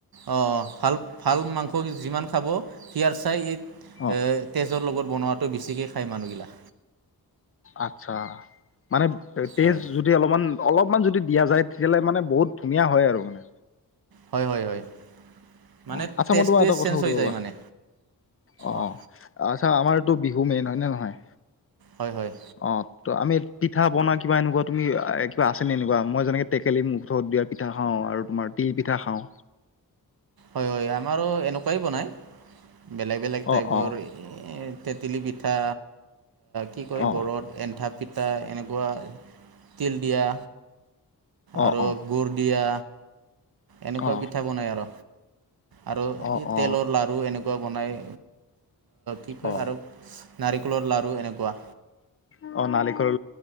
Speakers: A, on the right; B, on the left.
A: অ ভাল ভাল মাংস যিমান খাব সিয়াৰ চাই
B: অ',
A: মাংস লগত বনোৱাটো বেছিকে খায় মানুহগিলাক
B: আচ্ছা মানে তেজ
A: হয়
B: যদি অলপমান অলপমান যদি দিয়া যায় তেতিয়ালে মানে বহুত ধুনীয়া হয় আৰু মানে
A: হয় হয় হয় মানে
B: অ আচ্ছা
A: টেষ্টটোৱে
B: মই তোমাৰ এটা কথা
A: চেঞ্জ
B: সুধো
A: হৈ
B: ৰবা
A: যায় মানে
B: অ
A: অঁ
B: অ আচ্ছা আমাৰ টো বিহু মেইন হয় নে নহয়
A: হয় হয়
B: অ ত আমি পিঠা পনা কিবা আছে নে এনেকুৱা তুমি এ কিবা আছে নে এনেকুৱা মই যেনেক টেকেলি মুখত দিয়া পিঠা খাওঁ আৰু তোমাৰ তিল পিঠা খাওঁ
A: হয় হয় আমাৰো এনেকুৱাই বনায় বেলেগ বেলেগ
B: অ
A: টাইপৰ
B: অ
A: তেকেলি পিঠা কি কয়
B: অ
A: বৰ পিতা এনেকুৱা তিল দিয়া
B: অ
A: আৰু
B: অ
A: গুড় দিয়া এনেকুৱা
B: অ
A: পিঠা বনাই আৰু আৰু
B: অ
A: এই
B: অ
A: তেলৰ লাৰু এনেকুৱা ক বনাই কি কয়
B: অ
A: আৰু নাৰিকলৰ লাৰু এনেকুৱা <inaudible>
B: আহ নাৰিকলৰ